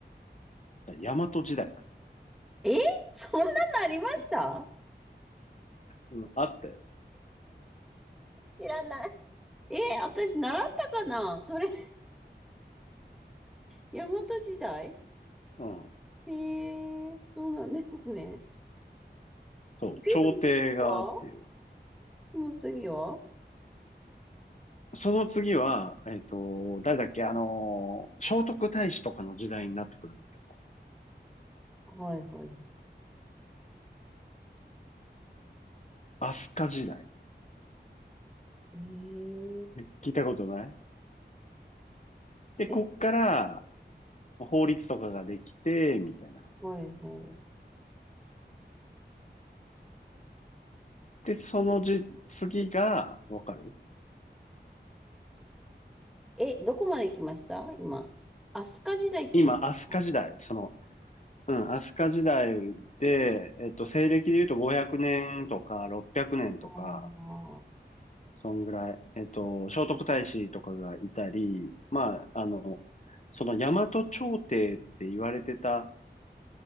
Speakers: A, on the left; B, in the centre.
A: 大和時代だね。
B: えそんなのありました
A: うん、あったよ。
B: 知らない。え、私習ったかなそれ、大和時代
A: うん。
B: へえ、そうなんですね。
A: そう、
B: で、
A: 朝廷がっていう。
B: その次はその次は
A: その次は、えっと、誰だっけ、あのー、聖徳太子とかの時代になってくるんだけど、
B: はいはい。
A: 飛鳥時代。
B: え
A: ね聞いたことないで、
B: え、
A: こっから
B: え、
A: 法律とかができて、みたいな。
B: はいは
A: で、そのじ、次が、わかる
B: い。え、どこまで行きました今。飛鳥時代って言いますか？
A: 今、飛鳥時代、その、うん、飛鳥時代で、えっと、西暦で言うと500年とか600年とか、
B: ああ
A: そんぐらい。えっと、聖徳太子とかがいたり、まあ、あの、その大和朝廷って言われてた、